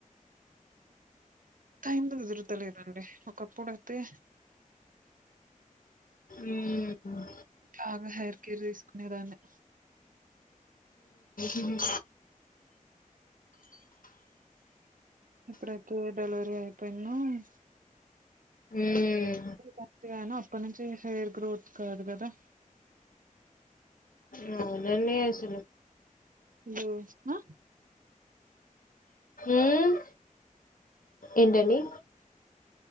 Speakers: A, on the right; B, on the left.
A: టైం కుదురతలేదండి ఒకప్పుడైతే
B: ఉమ్ ఉమ్
A: బాగా హెయిర్ కేర్ తీసుకునేదాన్ని
B: ఉమ్
A: ఇప్పుడైతే డెలివరీ అయిపోయిన్నో అని
B: మ్మ్.
A: మంచిగానే వస్తున్నాయి చేసే గ్రోత్ కాదు కదా
B: ఆ నిన్న అస
A: య్యో ఆ
B: ఉమ్ ఏంటండి